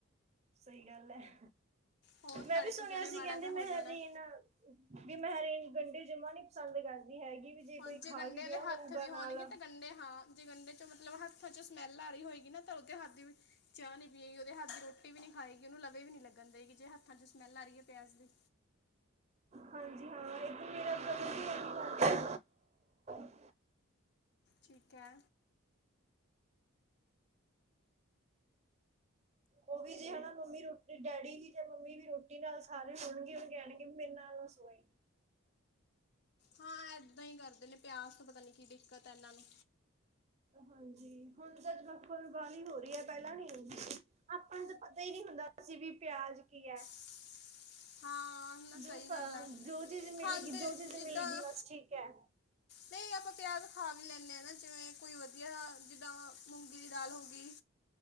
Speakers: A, on the right (about 30°); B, on the left (about 50°).
A: ਸਹੀ ਗੱਲ ਹੈ,
B: ਹੋਰ
A: ਮੈਂ
B: ਤੜਕ
A: ਵੀ ਸੁਣਿਆ
B: ਕੇ ਉਹਨੇ
A: ਸੀ
B: ਮਾੜਾ
A: ਕਹਿੰਦੇ
B: ਜਿਹਾ
A: ਮਹਿਰੀਨ
B: ਹੋ ਜਾਣਾ
A: ਵੀ ਮਹਿਰੀਨ ਗੰਡੇ ਜਮਾ ਨੀ ਪਸੰਦ ਕਰਦੀ ਹੈਗੀ ਵੀ ਜੇ
B: ਉੰਝ
A: ਕੋਈ ਖਾ
B: ਗੰਡੇ
A: ਵੀ
B: ਵਾਲੇ
A: ਰਿਹਾ
B: ਹੱਥ
A: ਹੋਊਗਾ
B: ਵੀ ਹੋਣਗੇ
A: ਨਾਲ
B: ਤਾਂ ਗੰਡੇ ਹਾਂ ਗੰਢੇ ਚ ਮਤਲਬ ਹੱਥਾਂ ਚੋਂ ਸਮੈਲ ਆ ਰਹੀ ਹੋਏਗੀ ਨਾ ਤਾਂ ਉਹ ਹੱਥ ਦੀ ਵੀ ਚਾਹ ਨੀ ਪੀਏਗੀ ਉਹਦੇ ਹੱਥ ਰੋਟੀ ਵੀ ਨੀ ਖਾਏਗੀ ਉਹਨੂੰ ਲਵੇ ਵੀ ਨੀ ਲੱਗ ਦੇਗੀ ਜੇ ਹੱਥਾਂ ਚ ਸਮੈਲ ਆ ਰਹੀ ਹੈ ਪਿਆਜ਼ ਦੀ।
A: ਹਾਂਜੀ ਹਾਂ ਇਧ ਮੇਰਾ ਗ ਹੈ <unintelligible>
B: ਠੀਕ ਹੈ।
A: ਉਹ ਵੀ ਜੇ ਹਨਾ ਮੰਮੀ ਰੋਟੀ ਡੈਡੀ ਵੀ ਤੇ ਮੰਮੀ ਵੀ ਰੋਟੀ ਨਾਲ ਸਾਰੇ ਹੋਣਗੇ ਕਹਿਣਗੇ ਮੇਰੇ ਨਾਲ ਨਾ ਸੋਇ
B: ਹਾਂ ਏਦਾਂ ਹੀ ਕਰਦੇ ਨੇ ਪਿਆਸ ਤੋਂ ਪਤਾ ਨੀ ਕੀ ਦਿੱਕਤ ਹੈ ਇਹਨਾਂ ਨੂੰ।
A: ਹਾਂਜੀ ਹੁਣ ਤਾਂ ਜਫਲ ਬਾਹਲੀ ਹੋ ਰਹੀ ਹੈ ਪਹਿਲਾਂ ਨੀ ਹੁੰਦੀ ਸੀ ਆਪਾਂ ਨੂੰ ਤਾਂ ਪਤਾ ਹੀ ਨਹੀਂ ਹੁੰਦਾ ਸੀ ਵੀ ਪਿਆਜ ਕੀ ਹੈ।
B: <unintelligible> ਹਾਂ ਨਾ
A: ਜੋ
B: ਸਹੀ
A: ਫ
B: ਗੱਲ ਹੈ
A: ਜੋ ਚੀਜ਼ ਮਿਲ
B: ਖਾਂਦੇ
A: ਗਈ ਜੋ ਚੀਜ਼
B: ਜਿੱਦਾਂ
A: ਮਿਲ ਗਈ ਬਸ ਠੀਕ ਹੈ।
B: ਨਹੀਂ ਆਪਾਂ ਪਿਆਜ਼ ਖਾ ਵੀ ਲੈਂਦੇ ਹ ਨਾ ਜਿਵੇਂ ਕੋਈ ਵਧੀਆ ਜਿੱਦਾਂ ਮੂੰਗੀ ਦੀ ਦਾਲ ਹੋ ਗਈ